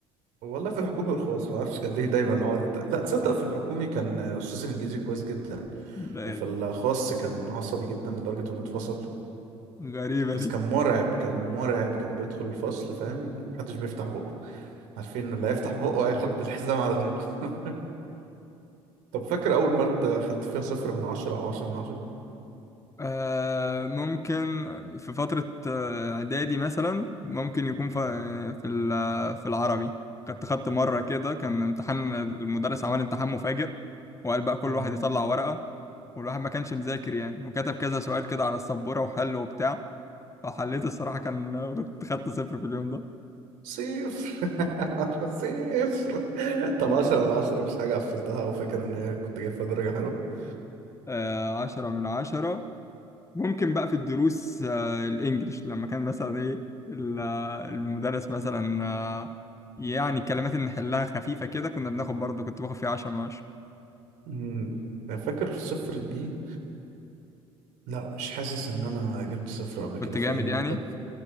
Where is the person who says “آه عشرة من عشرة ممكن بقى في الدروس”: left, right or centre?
Left